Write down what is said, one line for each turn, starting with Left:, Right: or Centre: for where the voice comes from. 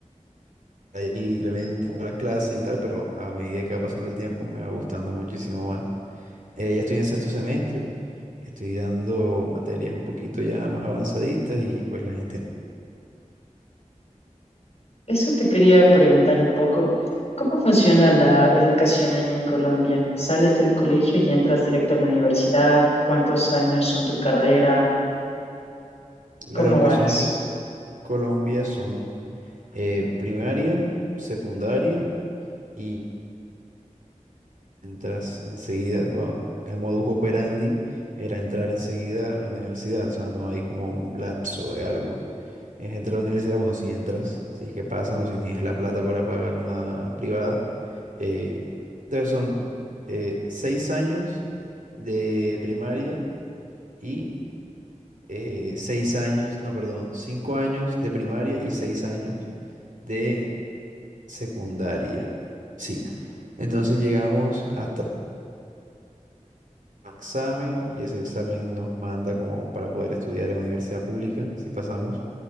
Right: ahí simplemente con las clases y tal, pero a medida que va pasando el tiempo me va gustando muchísimo más. Eh, ya estoy en sexto semestre, estoy dando materias un poquito ya más avanzaditas y pues la gente...
Left: Eso te quería preguntar un poco. ¿Cómo funciona la educación ahí en Colombia? ¿Sales del colegio y entras directo a la universidad? ¿Cuántos años son tu carrera?
Right: La
Left: ¿Cómo
Right: educación
Left: va eso?
Right: aquí en Colombia son eh, primaria, secundaria y entras enseguida, bueno, el modus operandi era entrar enseguida a la universidad, o sea, no hay como un lapso de algo. Es entrar a la universidad, bueno, si entras, si es que pasas o si tienes la plata para pagar una privada. eh, entonces son eh, seis años de primaria y eh, seis años, no, perdón, cinco años de primaria y seis años de secundaria. Sí. Entonces llegamos hasta examen y ese examen nos manda como para poder estudiar en universidad pública, si pasamos.